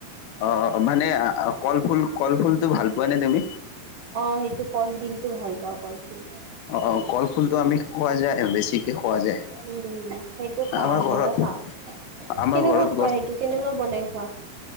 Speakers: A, on the left; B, on the right.
A: অ অ মানে কল ফুল কল ফুলটো ভাল পোৱা নে তুমি।
B: অ সেইটো কলডিলটো ভাল পাওঁ কল ফুলটো।
A: অ কল ফুলটো আমি খোৱা যায় বেছিকে খোৱা যায়।
B: উম উম সেইটো খাওঁ
A: আমাৰ
B: মইও
A: ঘৰত
B: খাওঁ।
A: আমাৰ
B: কেনেকুৱা
A: ঘৰত
B: খোৱা সেইটো কেনেকুৱা বনাই খোৱা।